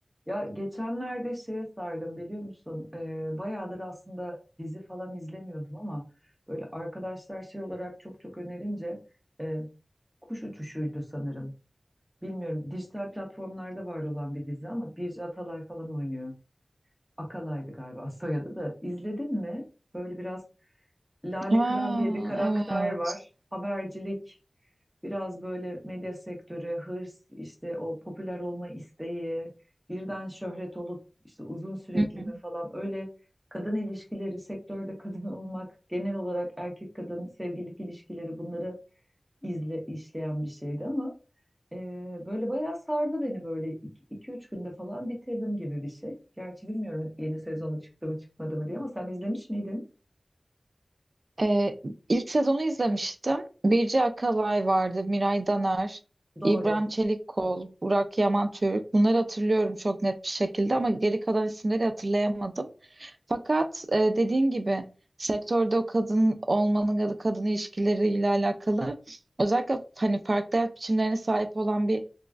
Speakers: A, on the right; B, on the right.
A: Ya geçenlerde şeye sardım biliyor musun? Ee, bayağıdır aslında dizi falan izlemiyordum ama böyle arkadaşlar şey olarak çok çok önerince e, Kuş Uçuşu'ydu sanırım. Bilmiyorum dijital platformlarda var olan bir dizi ama Birce Atalay falan oynuyor. Akalay'dı galiba <laughs> soyadı da. İzledin mi? Böyle biraz Lale
B: Ha,
A: Kıran diye bir karakter
B: evet.
A: var. Habercilik, biraz böyle medya sektörü, hırs, işte o popüler olma isteği, birden şöhret olup işte uzun sürekli
B: Hı hı.
A: mi falan öyle kadın ilişkileri, sektörde kadın <laughs> olmak, genel olarak erkek kadın sevgililik ilişkileri bunları izle, işleyen bir şeydi ama e, böyle bayağı sardı beni böyle iki iki üç günde falan bitirdim gibi bir şey. Gerçi bilmiyorum yeni sezonu çıktı mı çıkmadı mı diye ama sen izlemiş miydin?
B: Ee, ilk sezonu izlemiştim. Birce Akalay vardı, Miray Daner,
A: Doğru.
B: İbrahim Çelikkol, Burak Yaman Türk. Bunları hatırlıyorum çok net bir şekilde ama geri kalan isimleri hatırlayamadım. Fakat e, dediğin gibi sektörde o kadın olmanın ya da kadın ilişkileriyle alakalı özellikle hani farklı hayat biçimlerine sahip olan bir